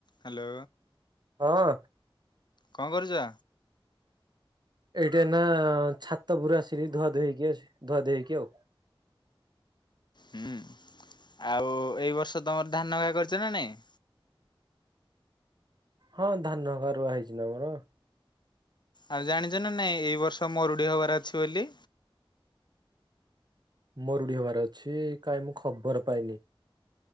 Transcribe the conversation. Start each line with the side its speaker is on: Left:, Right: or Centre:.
Left: Hello.
Right: ହଁ।
Left: କଣ କରୁଛ?
Right: ଏଇଟା ନା ଛାତ ପୁର ଆସିଲି ଧୁଆ ଧୁଇ ହେଇକି ଆସି ଧୁଆ ଧୀ ଧେଇଇକି ଆଉ।
Left: ହୁଁ ଆଉ ଏଇ ବର୍ଷ ତମର ଧାନଗା କରିଛ ନା ନାଇଁ।
Right: ହଁ ଧାନ ଗାରୁଆ ହେଇଛି ନା ଆମର।
Left: ଆଉ ଜାଣିଛ ନା ନାଇଁ ଏଇ ବର୍ଷ ମୋରୁଡି ହବାର ଅଛି ବୋଲି।
Right: ମୋରଡିବାର ଅଛି କାହିଁ ମୁଁ ଖବର ପାଇନି।